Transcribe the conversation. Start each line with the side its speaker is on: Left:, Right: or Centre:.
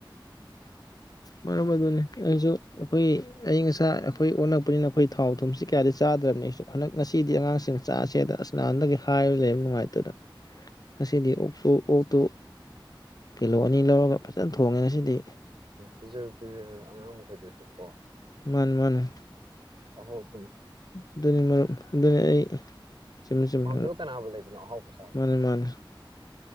Left: ꯃꯔꯨꯞ ꯑꯗꯨꯅꯤ ꯑꯩꯁꯨ ꯑꯩꯈꯣꯏꯒꯤ ꯑꯏꯪ ꯑꯁꯥ ꯑꯩꯈꯣꯏ ꯑꯣꯟꯂꯛꯄꯅꯤꯅ ꯑꯩꯈꯣꯏ ꯊꯥꯎ ꯊꯨꯝꯁꯤ ꯀꯌꯥꯗꯤ ꯆꯥꯗ꯭ꯔꯕꯅꯤ ꯑꯩꯁꯨ ꯍꯟꯗꯛ ꯉꯁꯤꯗꯤ ꯑꯉꯥꯡꯁꯤꯡ ꯆꯥꯁꯦꯗ ꯑꯁ ꯅꯍꯥꯟꯗꯒꯤ ꯍꯥꯏ ꯂꯩꯕ ꯅꯨꯡꯉꯥꯏꯇꯗ ꯉꯁꯤꯗꯤ ꯑꯣꯛꯁꯨ ꯑꯣꯛꯇꯨ ꯀꯤꯂꯣ ꯑꯅꯤ ꯂꯧꯔꯒ ꯐꯖꯅ ꯊꯣꯡꯉꯦ ꯉꯁꯤꯗꯤ
Right: ꯎ ꯄꯤꯖ ꯄꯤꯖ ꯑꯉꯥꯡ ꯃꯈꯩꯗꯨꯁꯨ ꯀꯣ
Left: ꯃꯥꯟꯅꯦ ꯃꯥꯟꯅꯦ
Right: ꯑꯍꯣꯏ
Left: ꯑꯗꯨꯅꯤ ꯃꯔꯨꯞ ꯑꯗꯨꯅꯤ ꯑꯩ ꯆꯨꯝꯃꯤ ꯆꯨꯝꯃꯤ
Right: ꯄꯥꯝꯗꯕ ꯀꯅꯥꯕꯨ ꯂꯩꯕꯅꯣ ꯑꯍꯥꯎꯕ ꯆꯥꯕꯗ
Left: ꯃꯥꯟꯠꯅꯤ ꯃꯥꯃꯅꯤ